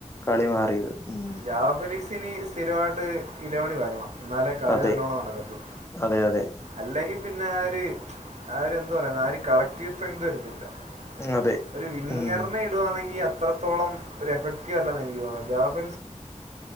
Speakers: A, on the left (about 20°); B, on the right (about 70°).
A: കളി മാറിയത് ഉം
B: ജാവ ഫെലിക്സിന് സ്ഥിരമായിട്ട് ഇലോണി വരണം എന്നാലേ കളി
A: അതെ
B: നല്ലോണം നടക്കത്തുള്ളൂ
A: അതെ അതെ
B: അല്ലെങ്കിൽ പിന്നെ <unintelligible> അവര് എന്ത് പറയാ <unintelligible>
A: അതെ
B: ഒരു വിങ്ങറിനെ
A: ഉം
B: ഇടുവാണെങ്കിൽ അത്രത്തോളം ഒരു എഫക്റ്റീവ് അല്ല എന്ന് എനിക്ക് തോന്നുന്നത് ജാബ്